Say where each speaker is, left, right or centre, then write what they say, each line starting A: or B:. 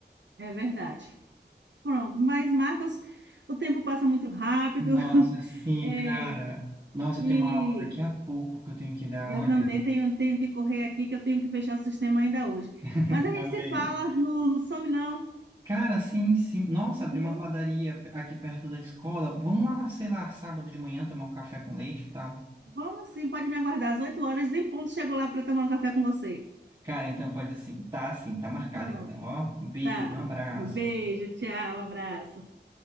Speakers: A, on the right; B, on the right.
A: É verdade. Pronto, mas Marcos, o tempo passa muito rápido.
B: Nossa,
A: <laughs>
B: sim,
A: É,
B: cara. Nossa,
A: e
B: eu tenho uma aula daqui a pouco que eu tenho que dar,
A: eu
B: olha.
A: também tenho, tenho que correr aqui, que eu tenho que fechar o sistema ainda hoje.
B: <laughs>
A: Mas a gente
B: Tá
A: se
B: bem,
A: fala,
B: ó.
A: não, não some não.
B: Cara, sim, sim. Nossa, abri
A: Viu?
B: uma padaria pe- aqui perto da escola. Vamos lá, sei lá, sábado de manhã tomar um café com leite, que tal?
A: Vamos sim, pode me aguardar às 8 horas, em ponto chego lá para tomar um café com você.
B: Cara, então pode assim. Tá assim, tá marcado
A: Pronto,
B: então, ó. Um beijo,
A: tá.
B: um abraço.
A: Beijo, tchau, abraço.